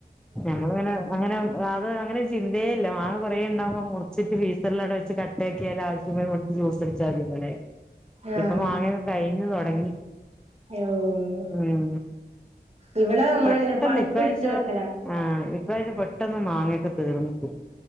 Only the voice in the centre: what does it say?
ഞമ്മള് വേണ അങ്ങനെം ആത് അങ്ങനരു ചിന്തേല്ല മാങ്ങ കൊറേണ്ടാമ്പോ മുർച്ചിട്ട് ഫ്രീസർലവടെച്ച് ക ട്ടേക്യാല് ആവശ്യം വരുമ്പട്ത്ത് ജൂസ് അട്ച്ചാത്യല്ലോലേ
ഇപ്പൊ മാങ്ങ്യക്കെ കൈഞ്ഞ് തൊടങ്ങി
ഉം
പെട്ടന്ന്
ഇപ്രാശ്യം
ആഹ് ഇപ്രാശ്യം പെട്ടന്ന് മാങ്ങെക്കെ തീർന്ന്ട്ട്